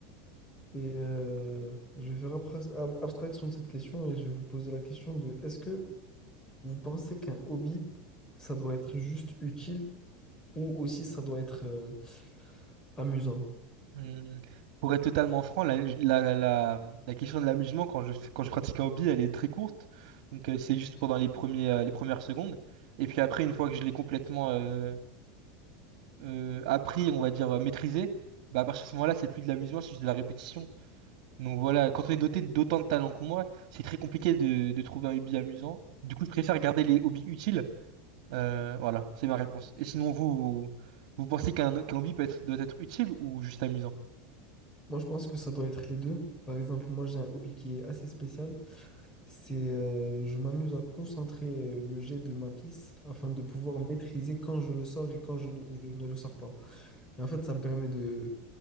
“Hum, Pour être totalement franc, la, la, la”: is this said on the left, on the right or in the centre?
Right